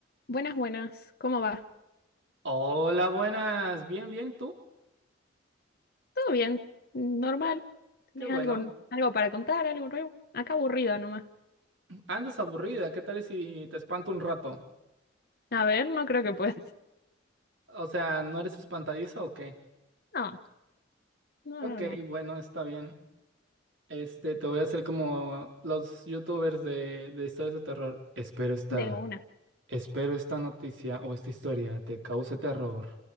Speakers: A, on the left; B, on the right.
A: Buenas, buenas. ¿Cómo va?
B: Hola, buenas. Bien, bien, ¿tú?
A: ¿Todo bien? ¿Normal?
B: Qué,
A: ¿Tenés
B: qué bueno.
A: algo, algo para contar? ¿Algo nuevo? Acá aburrida nomás.
B: Andas aburrida. ¿Qué tal si te espanto un rato?
A: A ver, no creo que puedas. <laughs>
B: O sea, ¿no eres espantadiza o qué?
A: No, no,
B: Ok,
A: no, no.
B: bueno, está bien. Este, te voy a hacer como los youtubers de, de historias de terror. Espero esta,
A: De una.
B: espero esta noticia o esta historia te cause terror.